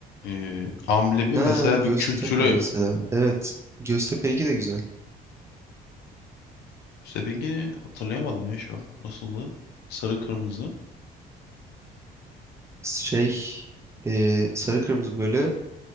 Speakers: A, on the left; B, on the right.
A: e, amblemi
B: Ha
A: mesela
B: Göztepe
A: bir kültüre
B: mesela. Evet. Göztepe'ninki de güzel.
A: rengi hatırlayamadım ya şu an. Nasıldı? Sarı kırmızı.
B: Şey e, sarı kırmızı böyle